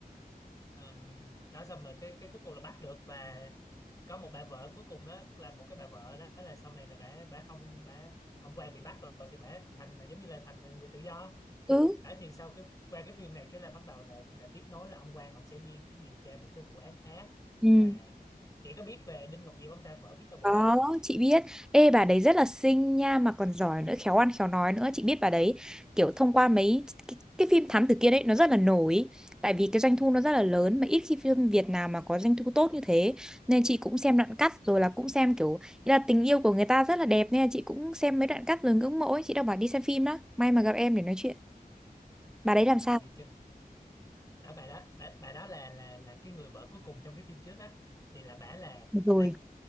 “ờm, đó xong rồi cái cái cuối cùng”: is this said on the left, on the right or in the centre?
Left